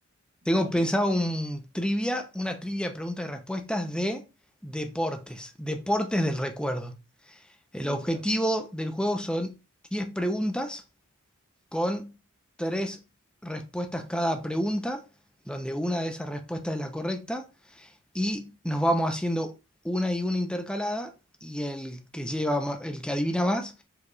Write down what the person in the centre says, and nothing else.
Tengo
pensado un trivia, una trivia de preguntas y respuestas de deportes, deportes del recuerdo. El
objetivo
del juego son 10 preguntas con 3 respuestas cada pregunta, donde una de esas respuestas es la correcta y nos vamos haciendo una y una intercalada y el que lleva, ma- el que adivina más,